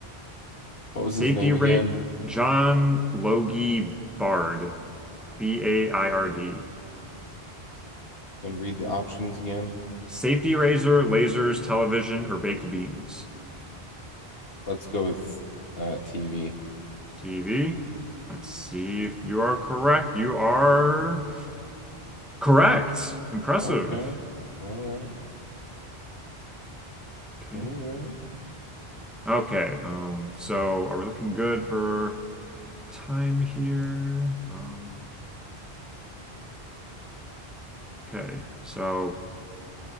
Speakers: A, on the left; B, in the centre.
A: what was
B: Safety
A: his name again?
B: rate John Logie Bard, B A I R D.
A: And read the options again.
B: Safety razor, lasers, television, or baked beans?
A: Let's go with uh, TV.
B: TV. Let's see if you are correct. You are correct. Impressive.
A: Okay. All right.
B: Okay.
A: All right.
B: Okay. Um, so are we looking good for time here? Um, okay. So